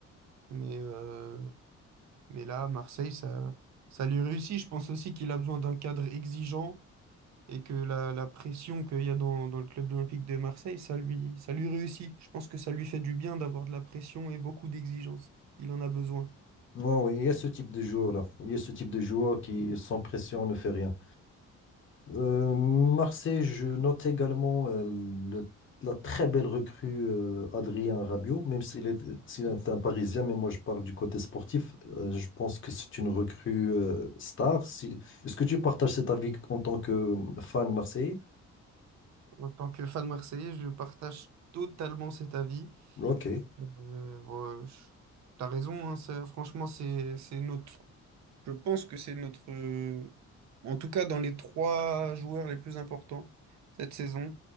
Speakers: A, on the right (about 65°); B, on the left (about 40°).
A: mais, euh, mais là, Marseille, ça, ça lui réussit. Je pense aussi qu'il a besoin d'un cadre exigeant et que la, la pression qu'il y a dans, dans le club olympique de Marseille, ça lui, ça lui réussit. Je pense que ça lui fait du bien d'avoir de la pression et beaucoup d'exigences. Il en a besoin.
B: Ouais, ouais, ouais, Il y a ce type de joueur-là. Il y a ce type de joueur qui, sans pression, ne fait rien. Euh, Marseille, je note également euh, le- la très belle recrue euh, Adrien Rabiot, même s'il est, s'il est
A: Ouais.
B: un Parisien, mais moi je parle du côté sportif. euh, je pense que c'est une recrue euh, star. Si- Est-ce que tu partages cet avis en tant que euh, fan marseillais?
A: En tant que fan marseillais, je partage totalement cet avis.
B: Ok.
A: Euh, bon, je- t'as raison, hein, ça, franchement, c'est, c'est notre, je pense que c'est notre, euh, en tout cas dans les trois joueurs les plus importants cette saison.